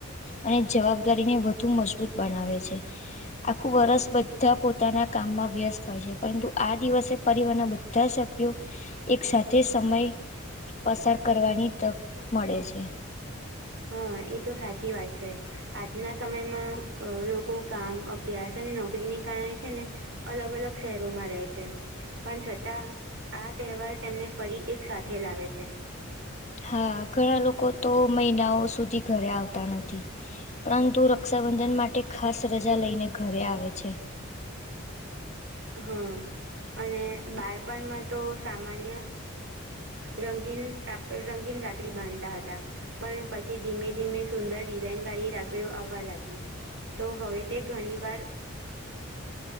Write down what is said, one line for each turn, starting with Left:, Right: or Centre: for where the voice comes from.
Left: અને જવાબદારીને વધુ મજબૂત બનાવે છે. આખું વર્ષ બધા પોતાના કામમાં વ્યસ્ત હોય છે, પરંતુ આ દિવસે પરિવારના બધા સભ્યો એક સાથે સમય પસાર કરવાની તક મળે છે.
Right: હા, એ તો સાચી વાત છે. આજના સમયમાં લોકો કામ, અભ્યાસ અને નોકરીને કારણે છે ને. અલગ-અલગ શહેરોમાં રહે છે. પણ છતાં આ તહેવાર તેમને ફરી એક સાથે લાવે છે
Left: હા ઘણા લોકો તો મહિનાઓ સુધી ઘરે આવતા નથી પરંતુ રક્ષાબંધન માટે ખાસ રજા લઈને ઘરે આવે છે.
Right: હમ, અને બાળપણમાં તો સામાન્ય રંગીન રંગીન રાખડી બાંધતા હતા‌. પણ પછી ધીમે ધીમે સુંદર ડિઝાઇન વાળી રાખડીઓ આવવા લાગી. તો હવે તે ઘણી વાર